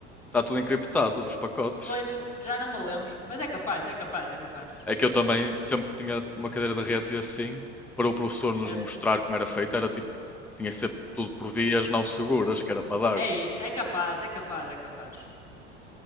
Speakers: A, in the centre; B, on the left.
A: está tudo encriptado, os pacotes.
B: Pois, já não me lembro. Mas é capaz, é capaz, é capaz.
A: É que eu também, sempre que tinha uma cadeira de redes e assim, para o professor nos
B: É,
A: mostrar como era feito, era tipo, tinha sempre tudo por vias não seguras, que era para
B: é
A: dar.
B: isso, é capaz, é capaz, é capaz.